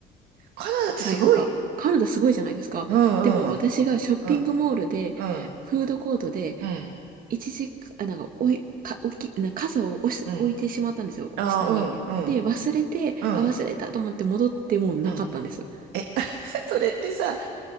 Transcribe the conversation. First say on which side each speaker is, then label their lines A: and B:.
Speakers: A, on the right (about 80°); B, on the right (about 55°).
A: カナダってすごい。
B: 財布が。カナダすごいじゃないですか。
A: うん、
B: でも私がショッピングモールで、
A: うん、うん、うん、
B: フードコートで、
A: うん、
B: 一時、あ、なんか、おい、か、置き、な傘を押し、
A: うん。
B: 置いてしまったんですよ、
A: ああ、
B: 下に。
A: うん、うん、
B: で、忘れて、
A: うん、
B: あ、忘れたと思って戻ってもうなかったんです。
A: うん。え、<laughs> それってさ、